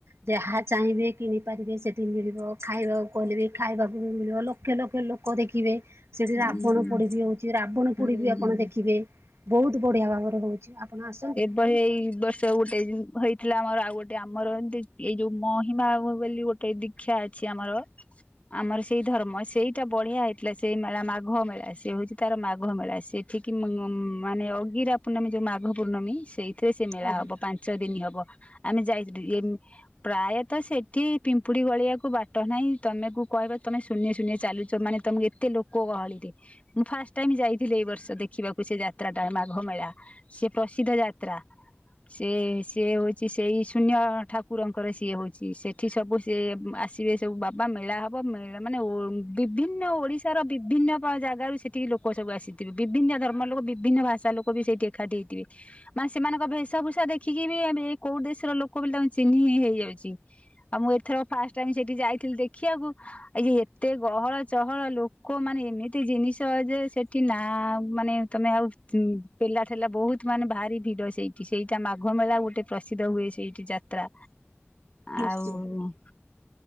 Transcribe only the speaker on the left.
ହୁଁ
ହୁଁ।
କ ଏଇ ବ ସ ଗୋଟେ ହେଇଥିଲା ଆମର ଆଉ ଗୋଟେ ଆମର ଏମିତି ଏଇ ଯୋଉ ମହିମା ବୋଲି ଗୋଟେ ଗୋଟେ ଦୀକ୍ଷା ଅଛି ଆମର ଆମର ସେଇ ଧର୍ମ ସେଇଟା ବଢିଆ ହେଇଥିଲା ସେ ସେଇ ମେଳା ମାଘ ମେଳା ସେ ହଉଛି ତାର ମାଘ ମେଳା ସେଠିକି ମ୍ ମାନେ ଅଗିରା ପୂର୍ଣ୍ଣମୀ ଯୋଉ ମାଘ ପୂର୍ଣ୍ଣମୀ ସେଇଥିରେ ସେ ମେଳା
ହବ ପାଞ୍ଚ ଦିନ ହବ। ଆମେ ଯାଇଥିଲୁ ଇଏ ପ୍ରାୟତ ସେଠି ପିମ୍ପୁଡି ଗଳିବାକୁ ବାଟ ନାହିଁ। ତମେ କୁ କହିବ ତମେ ଶୁନ୍ୟ ଶୁନ୍ୟ ଚାଲୁ ଚ ମାନେ ତମକୁ ଏତେ ଲୋକ ଗହଳିରେ ମୁଁ ଫାଷ୍ଟ ଟାଇମ ଯାଇଥିଲି ଏଇ ବର୍ଷ ଦେଖିବାକୁ ସେ ଯାତ୍ରା ଟା ମାଘ ମେଳା। ସେ ପ୍ରସିଦ୍ଧ ଯାତ୍ରା। ସେ ସିଏ ହଉଛି ସେଇ ଶୂନ୍ୟ ଠାକୁରଙ୍କର ସିଏ ହଉଛି ସେଠି ସବୁ ସେ ମ ଆସିବେ ସବୁ ବାବା ମେଳା ହବ ମେଳା ମାନେ ଓ ବିଭିନ୍ନ ଓଡିଶା ଓଡ଼ିଶାର ବିଭିନ୍ନ ପ ଜାଗାରୁ ସେଠିକି ଲୋକ ସବୁ ଆସିଥିବେ ବିଭିନ୍ନ ଧର୍ମ ଲୋକ ବିଭିନ୍ନ ଭାଷା ଲୋକ ବି ସେଇଠି ଏକାଠି ହେଇଥିବେ। ମାନେ ସେମାନଙ୍କ ଭେଷଭୂଷା ଦେଖିକି ବି ଏ କୋଉ ଦେଶର ଲୋକ ବୋଲିକି ତାଙ୍କୁ ଚିହ୍ନି ହିଁ ହେଇଯାଉଛି। ଆଉ ମୁଁ ଏଥର ଫାଷ୍ଟ ଟାଇମ ସେଇଠି ଯାଇଥିଲି ଦେଖିବାକୁ ଏଇ ଯେ ଏତେ ଗହଳ ଚହଳ ଲୋ କ ମାନେ ଏମିତି ଜିନିଷ ଯେ ସେଠି ନା ମାନେ ତମେ ଆଉ ପେଲା ଠେଲା ବହୁତ ମାନେ ଭାରି ଭିଡ ସେଇଠି ସେଇଟା ମାଘ ମେଳା ଗୋଟେ ପ୍ରସିଦ୍ଧ ହୁଏ ସେଇଠି ଯାତ୍ରା।
ଆଉ